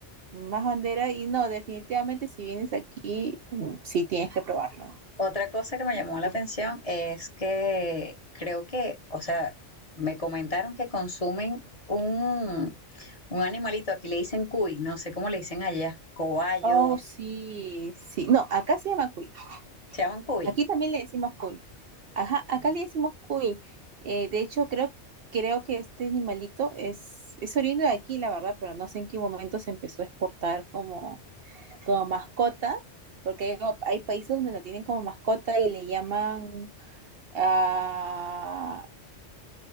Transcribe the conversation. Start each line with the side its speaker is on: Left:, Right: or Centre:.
Right: más bandera y no, definitivamente si vienes aquí, mm, sí tienes que probarlo, ¿no?
Left: Otra cosa que me
Right: Sí.
Left: llamó la atención es que creo que, o sea, me comentaron que consumen un, un animalito, aquí le dicen cuy, no sé cómo le dicen allá, cobayos,
Right: Oh, sí, sí. No, acá se llama cuy.
Left: se llaman cuy.
Right: Aquí también le decimos cuy. Ajá, acá le decimos cuy. Eh, de hecho, creo, creo que este animalito es, es oriundo de aquí, la verdad, pero no sé en qué momento se empezó a exportar como como mascota, porque hay, como- hay países donde lo tienen como mascota y le llaman ah,